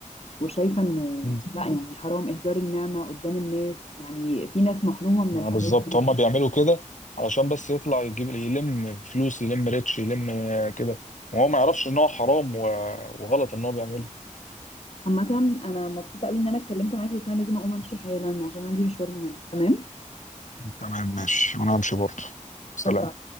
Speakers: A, on the left; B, on the left.
A: وشايفة انه
B: مم.
A: لا يعني حرام إهدار النعمة قدام الناس يعني في ناس محرومة من
B: آه،
A: الحاجات
B: بالظبط
A: دي
B: هما بيعملوا كده علشان بس يطلع يجيب يلم فلوس يلم ريتش يلم آه، كده وهو ما يعرفش ان هو حرام و- وغلط ان هو بيعمله
A: عامة أنا مبسوطة أوي إن أنا اتكلمت معاك بس أنا لازم أقوم أمشي حالا عشان عندي مشوار مهم تمام؟
B: تمام ماشي وانا همشي برضه سلام
A: باي باي